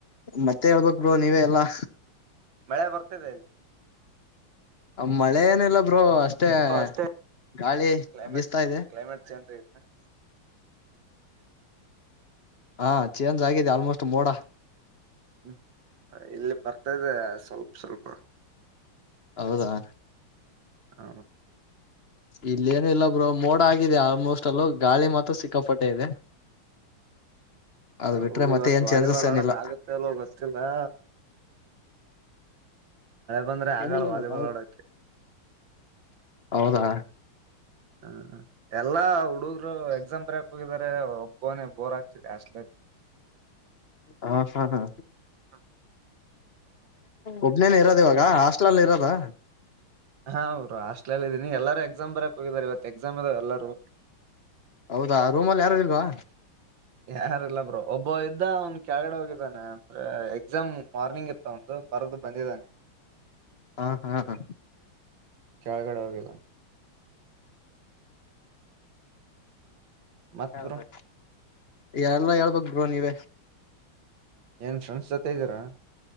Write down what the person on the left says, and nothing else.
ಮತ್ತೆ ಹೇಳ್ಬೇಕು ಬ್ರೋ ನೀವೇ ಎಲ್ಲಾ
ಮಳೆ ಏನ ಇಲ್ಲಾ ಬ್ರೋ ಅಷ್ಟ ಮತ್ತೆ
ಗಾಳಿ
ಬೀಸ್ತಾ ಇದೆ
ಹಾ ಚೇಂಜ್ ಆಗಿದೆ ಆಲ್ಮೋಸ್ಟ್ ಮೋಡಾ
ಹೌದಾ
ಇಲ್ಲೇನು ಇಲ್ಲ ಬ್ರೋ ಮೋಡ ಆಗಿದೆ ಆಲ್ಮೋಸ್ಟ್ ಅಲ್ಲೋ ಗಾಳಿ ಮಾತ್ರ ಸಿಕ್ಕಾಪಟ್ಟೆ ಇದೆ ಅದ್ ಬಿಟ್ರೆ
ಮತ್ತೆ
ಏನ್
ಚೇಂಜಸ್ ಏನಿಲ್ಲ
ಎಲ್ಲಿಗೆಲ್ಲ
ಹೌದಾ
ಹಾ ಹಾ ಹಾ
ಒಬನೇನ ಇರೋದು ಇವಾಗ ಹಾಸ್ಟೆಲ್ನಲ್ಲಿ ಇರೋದಾ
ಹೌದಾ ರೂಮ ಅಲ್ಲಿ ಯಾರು ಇಲ್ವಾ
ಹಾ ಹಾ ಹಾ
ಹೌ
ಬರಿ ಎಲ್ಲಾ ಹೇಳ್ಬೇಕ ಬ್ರೋ ನೀವ